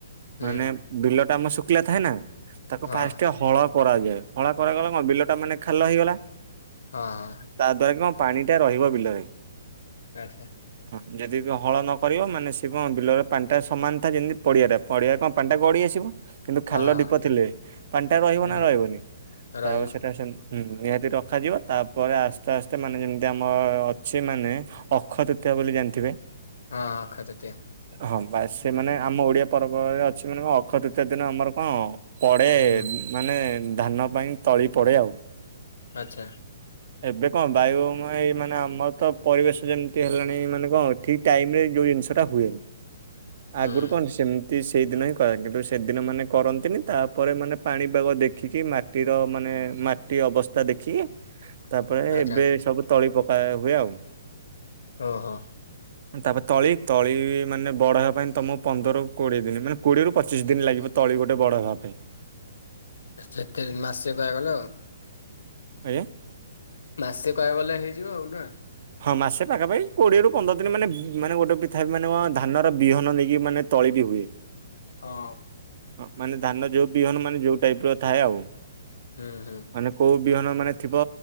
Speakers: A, on the left; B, on the right.
A: ହୁଁ
B: ମାନେ ବିଲ ଟା ଆମର ଶୁକିଲା ଥାଏ ନା ତାକୁ
A: ହଁ
B: ଫାଷ୍ଟ ହଳ କରାଯାଏ ହଳା କରାଗଲା କଣ ବିଲଟା ମାନେ ଖାଲ ହେଇଗଲା।
A: ହଁ।
B: ତା ଦ୍ଵାରା କଣ ପାଣି ଟା ରହିବ ବିଲରେ।
A: ଆଚ୍ଛା।
B: ହଁ ଯଦି ହଳ ନ କରିବ ମାନେ ସେ କଣ ବିଲରେ ପାଣି ଟା ସମାନ ଥାଏ ଯେମିତି ପଡିଆରେ ପଡିଆ କଣ ପାଣି ଟା ଗଡି ଆସିବ। କିନ୍ତୁ ଖାଲ
A: ହଁ
B: ଢୀପ ଥିଲେ ପାଣି ଟା ରହିବ
A: ହୁଁ
B: ନା ରହିବନି ତାପ
A: ରହିବ
B: ସେଟା ସେମି ହୁଁ ନିହାତି ରଖାଯିବ ତାପରେ ଆସ୍ତେ ଆସ୍ତେ ମାନେ ଯେମିତି ଆମ ଅଛି ମାନେ ଅକ୍ଷୟ ତୃତୀୟ ବୋଲି ଜାଣିଥିବେ?
A: ହଁ ଅକ୍ଷୟ ତୃତୀୟା।
B: ହଁ ବାସ୍ ସେ ମାନେ ଆମ ଓଡିଆ ପର୍ବରେ ଅଛି ମାନେ କଣ ଅକ୍ଷୟ ତୃତୀୟା ଦିନ ଆମର କଣ ପଡେ
A: ହୁଁ
B: ମାନେ ଧାନ ପାଇଁ ତଳି ପଡେ ଆଉ।
A: ଆଚ୍ଛା
B: ଏବେ କଣ ବାୟୁ ଏଇ ମାନେ ଆମର ତ ପରିବେଶ ଯେମିତି ହେଲାଣି ମାନେ କଣ ଠିକ ଟାଇମ ରେ ଯୋଉ ଜିନିଷ ଟା ହୁଏନି ଆଗରୁ
A: ହୁଁ
B: କଣ ସେମିତି ସେଇଦିନ ହିଁ କରନ୍ତି କିନ୍ତୁ ସେଦିନ ମାନେ କରନ୍ତିନି ତାପରେ ମାନେ ପାଣିପାଗ ଦେଖିକି ମା ମାଟିର ମାନେ ମାଟି ଅବସ୍ଥା ଦେଖି ତାପରେ
A: ଆଚ୍ଛା
B: ଏବେ ସବୁ ତଳି ପକା ହୁଏ ଆଉ।
A: ଓହୋ।
B: ତାପରେ ତଳି ତଳି ମାନେ ବଡ ହେବା ପାଇଁ ତମକୁ ପନ୍ଦରରୁ କୋଡିଏ ଦିନ ମାନେ କୋଡିଏରୁୁ ପଚିଶି ଦିନ ଲାଗିବ। ତଳି ଗୋଟେ ବଡ ହେବା ପାଇଁ।
A: ସେତେ ମାସେ ପା ଗଲ।
B: ଆଜ୍ଞା।
A: ମାସେ କହିଆକୁ ଗଲେ ହେଇଯିବ ଆଉ ନା।
B: ହଁ ମାସେ ପାଖାପାଖି କୋଡିଏରୁୁ ପନ୍ଦର ଦିନ ମାନେ ମାନେ ଗୋଟେ ପିଥା ମାନେ ଧାନର ବିହନ ନେଇକି ମାନେ ତଳି ବି ହୁଏ।
A: ହଁ।
B: ହଁ ମାନେ ଧାନ ଯୋଉ ବିହନ ମାନେ ଯୋଉ ଟାଇପ ର ଥାଏ ଆଉ।
A: ହୁଁ ହୁଁ।
B: ମାନେ କୋଉ ବିହନ ମାନେ ଥିବ